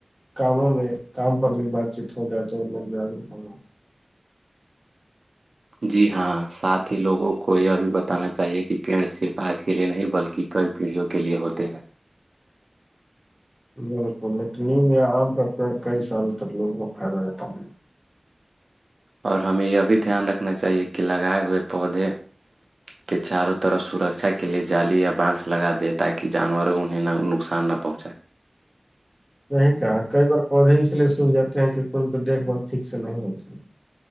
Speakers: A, in the centre; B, on the right.
A: کاموں میں کام پر بھی بات چیت ہو جائے تو لوگ جاگروک ہو
B: جی ہاں ساتھ ہی لوگوں کو یہ بھی بتانا چاہیے کہ پیڑ صرف آج کے لیے نہیں بلکہ کئی پیڑھیوں کے لیے ہوتے ہیں
A: بالکل ل نیم یا آم کا پیڑ کئی سالوں تک لوگوں کو فائدہ دیتا ہوں
B: اور ہمیں یہ بھی دھیان رکھنا چاہیے کہ لگائے ہوئے پودے کے چاروں طرف سرکشا کے لیئے جالی یا بانس لگا دیں تاکہ جانوروں انہیں نقصان نہ پؤںچ
A: <inaudible> نہیں کہ کئی بار پودے اس لیے سوکھ جاتے ہیں کیونکہ ان کو دیکھ بال ٹھیک سے نہیں ہوتی